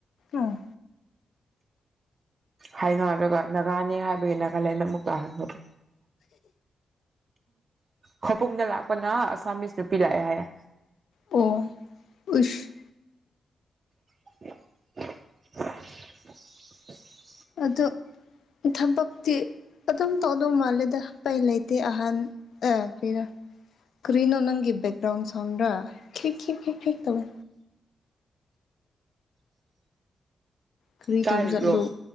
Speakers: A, on the left; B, on the right.
A: ꯑꯣ
B: ꯍꯥꯏꯅꯣ ꯑꯗꯨꯒ ꯅꯥꯒꯥꯅꯦ ꯍꯥꯏꯕꯒꯤ ꯅꯥꯒꯥꯂꯦꯟꯗ ꯑꯃꯨꯛ ꯇꯥꯍꯟꯕꯗꯣ ꯈꯕꯨꯡꯗ ꯂꯥꯛꯄꯅ ꯑꯁꯥꯃꯤꯁ ꯅꯨꯄꯤ ꯂꯥꯛꯑꯦ ꯍꯥꯏꯌꯦꯦ
A: ꯑꯣ ꯎꯁ
B: <inaudible>
A: ꯑꯗꯨ ꯊꯕꯛꯇꯤ ꯑꯗꯨꯝ ꯇꯧꯗꯧ ꯃꯥꯜꯂꯦꯗ ꯀꯩ ꯂꯩꯇꯦ ꯑꯍꯥꯟ ꯀꯔꯣ ꯀ꯭ꯔꯤꯅꯣ ꯅꯪꯒꯤ ꯕꯦꯛꯒ꯭ꯔꯥꯎꯟ ꯁꯥꯎꯟ꯭ꯔꯥ ꯀ꯭ꯂꯤꯛ ꯀꯤꯛ ꯀꯤꯛ ꯀ꯭ꯂꯤꯛ ꯇꯕꯣ ꯀꯔꯤ
B: ꯇꯥꯔꯤꯕ꯭ꯔꯣ
A: ꯇꯧꯖꯠꯂꯨ